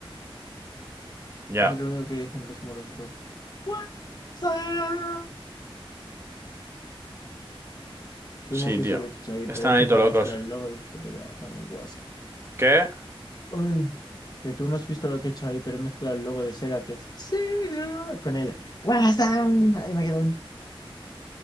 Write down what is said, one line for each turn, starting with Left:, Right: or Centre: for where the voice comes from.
Right: Ya,
Left: Eso es lo único que le dicen los moros, bro. What's up? Tú
Right: sí,
Left: no has visto
Right: tío.
Left: lo que he hecho ahí,
Right: Están
Left: pero he hecho
Right: ahí todos
Left: como una
Right: locos.
Left: mezcla del logo de Telegram con un WhatsApp.
Right: ¿Qué?
Left: Uy, que tú no has visto lo que he hecho ahí, pero he mezclado el logo de Sega, que es Sega, con el WhatsApp. Y me quedó un